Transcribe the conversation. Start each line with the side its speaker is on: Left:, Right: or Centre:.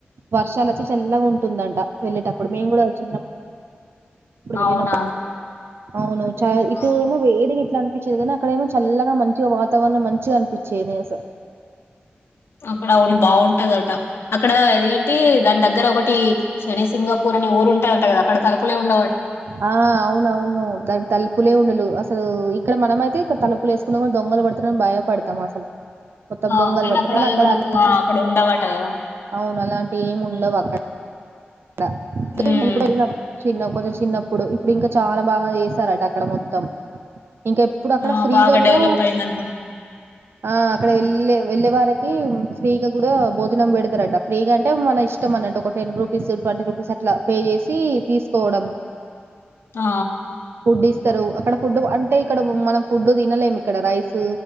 Right: వర్షాలు వచ్చి చల్లగా ఉంటుందంట వెళ్ళేటప్పుడు మేము కూడా చిన్నప్పుడు
Left: అవునా
Right: వెళ్ళినప్పుడు అవును చాలా
Left: ఆ
Right: ఇటు ఏమో వేడిగా ఇట్లా అనిపించేది కానీ అక్కడ ఏమో చల్లగా మంచిగా వాతావరణం మంచిగా అనిపించేది అస
Left: అక్కడ అవును బాగుంటదట అక్కడ అది ఏంటి దాని దగ్గర ఒకటి శనిసింగపూరం ఊరు ఉంటది అంట కదా అక్కడ తలుపులే ఉండ
Right: ఆ అవున అవును దాని తలుపులే ఉండ లేవు అసలు ఇక్కడ మనమయితే తలుపులు వేసుకున్నం కూడా దొంగలు పడుతున్నాం భయపడతాం అసలు మొత్తం
Left: ఆ
Right: దొంగలు
Left: కానీ
Right: పడతారని
Left: ఏమనకు
Right: అక్కడ అలాంటి
Left: అక్కడ ఉండవట కదా
Right: అవును అలాంటి ఏమి ఉండవు అక్కడ <unintelligible>
Left: హ్మ్
Right: చిన్న కొంచెం చిన్నప్పుడు ఇప్పుడు ఇంకా చానా బాగా చేసారట అక్కడ మొత్తం ఇంకా ఎప్పుడు అక్కడ
Left: ఆ
Right: ఫ్రీగా
Left: బాగా
Right: కూడా
Left: డెవలప్ అయింది అనుకుంటా
Right: ఆ అక్కడ వెళ్ళే వెళ్ళే వార ఫ్రీ గా కూడా భోజనం పెడతారట ఫ్రీగా అంటే మన ఇష్టం అన్నటు ఒక టెన్ రూ ట్వంటీ రూపీస్ అట్లా పే చేసి తీసుకోవడం
Left: ఆ
Right: ఫుడ్ ఇస్తారు అక్కడ ఫుడ్ అంటే ఇక్కడ మనం ఫుడ్ తినలేము ఇక్కడ రైస్